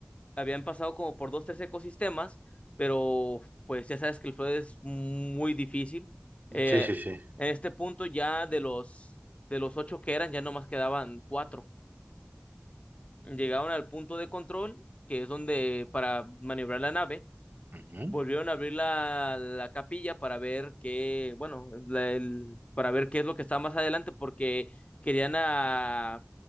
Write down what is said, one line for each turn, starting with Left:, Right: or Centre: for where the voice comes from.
Left: habían pasado como por dos, tres ecosistemas, pero pues ya sabes que el Flood es muy difícil. Eh,
Right: Sí, sí, sí.
Left: en este punto ya de los, de los ocho que eran, ya nomás quedaban cuatro. Llegaron al punto de control, que es donde para maniobrar la nave,
Right: Ujú.
Left: volvieron a abrir la, la capilla para ver qué, bueno, la- el- para ver qué es lo que está más adelante, porque querían a